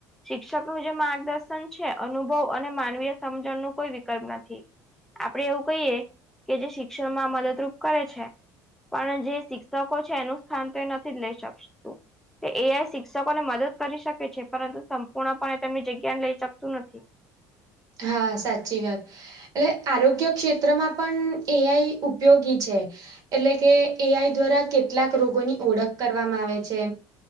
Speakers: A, in the centre; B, on the right.
A: શિક્ષક નું જે માર્ગદર્શન છે અનુભવ અને માનવીય સમજણ નું કોઈ વિકલ્પ નથી. આપણેે એવું કહીએ કે જે શિક્ષણમાં મદદરૂપ કરે છે પણ જે શી શકો છે એનું સ્થાન તો એ નથી જ લઈ શકતું. એઆઈ શિક્ષકોને મદદ કરી શકે છે પરંતુ સંપૂર્ણ પણે તેમની જગ્યાને લઈ શકતું નથી.
B: હા સાચી વાત. એટલે આરોગ્ય ક્ષેત્રમાં પણ એઆઈ ઉપયોગી છે. એટલે કે એ આઈ દ્વારા કેટલાક રોગોની ઓળખ કરવામાં આવે છે.